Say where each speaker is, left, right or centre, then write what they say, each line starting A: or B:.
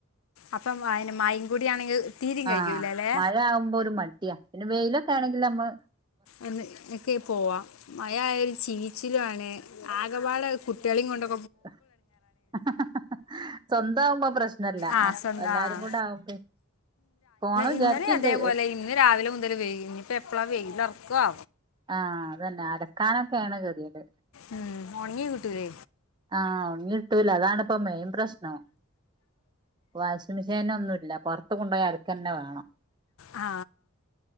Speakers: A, on the left (about 80°); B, on the right (about 20°).
A: അപ്പം അയ്‌ന് മയിം കൂടി ആണെങ്കിൽ തീരിം
B: ആ
A: കഴിയൂലല്ലേ
B: മഴ ആകുമ്പോ ഒരു മടിയാ പിന്നെ വെയിലൊക്കെ ആണെങ്കിൽ നമ്മൾ
A: ഒന്ന് ഒക്കെ പോവാ മഴയ ഒരു ചീ ചീച്ചില്ലുവാണ് ആകെപാട് കുട്ടികളെയും കൊണ്ടോ
B: ഹ ഹ ഹ സ്വന്താവുമ്പോ പ്രശ്നല്ല
A: ആ സ്വന്തം
B: എല്ലാരും
A: ആ
B: കൂടെ ആവുമ്പോ പോണം വിചാരിക്ക്ണ്ട്
A: ഇന്നലെ അതേപോലെ ഇന്ന് രാവിലെ മുതൽ വയി ഇനിപ്പോ എപ്പഴാ വെയില്ല ക്കോ
B: ആഹ അതന്നെ അലക്കാനൊക്കെയാണ് കെതിയെട്
A: ഉം ഒണങ്ങി കിട്ടൂല്ലേ
B: ആഹ് ഒണങ്ങി കിട്ടൂല അതാണിപ്പൊ മെയിൻ പ്രശ്നം വാഷിംഗ് മെഷീനോന്നുല്ല പൊ കൊണ്ടോയി അലക്കന്നെ വേണം
A: ആ